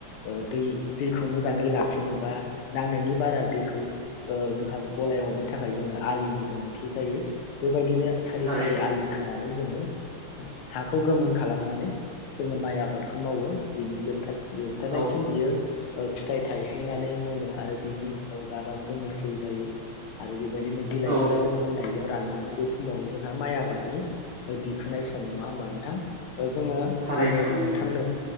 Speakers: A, on the left (about 85°); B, on the right (about 60°).
A: ओ दै दैखौ मोजाङै लाखिनो बा नांनायनि बारा दैखौ ओ जोंहा बलाय हरनो थाखाय जोङो आलिनि गोनांथि जायो बेबायदिनो सारि
B: थारैनो
A: सारि आलि खोनानै जोङो हाखौ गोमोन खालामनानै जोङो माइ आबादखौ मावो बिनि जोबथा <unintelligible>
B: औ
A: बियो ओ फिथाइ थायहैनानै मोनो आरो बिनि गाबा गोमोस्लिउ जायो आरो बे बायदिनो बिलाइफोराबो
B: औ औ
A: मोननायजों रानलाङो बे समावनो जोंहा माइ आबादनि दिखोनाय सम नङा होमबा नोंथां। जोङो
B: थारैनो
A: आङो
B: नंगौ
A: नोंथांनो
B: नोंथां